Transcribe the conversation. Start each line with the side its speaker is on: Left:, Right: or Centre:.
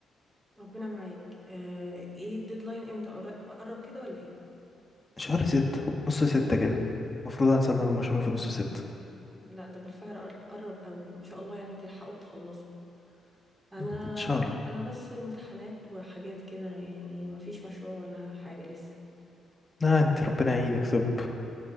Right: ربنا معاك آه، ايه الديدلاين امتى قر- قرب كده ولا ايه
Left: شهر ستة نص ستة كده المفروض هنسلم المشروع في نص ستة
Right: لا ده بالفعل قر- قرب قوي ان شاء الله يعني تلحقوا وتخلصوا انا
Left: ان شاء الله
Right: انا بس امتحانات وحاجات كده يعني ما فيش مشروع ولا حاجة لسه
Left: لا انت ربنا يعينك طب